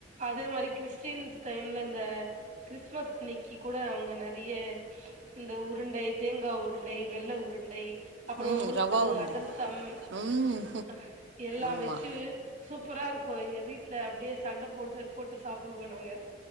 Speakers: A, on the right; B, on the right.
A: அதே மாரி கிறிஸ்ட்டின்ஸ் டைம்ல இந்த கிறிஸ்மஸ் அன்னி க்கி கூட அவுங்க நெறைய இந்த உருண்டை தேங்காய் உருண்டை வெள்ள உருண்டை அப்புறம்
B: ம்
A: முறுக்கு
B: ரவா உருண்டை
A: அதர்சம்
B: ம்
A: அ எல்லா
B: ஆமாம்
A: வச்சு சூப்பரா இருக்கு எங்க வீடல அப்டியே சண்டை போட்டு போட்டு சாப் புடுவோ நாங்க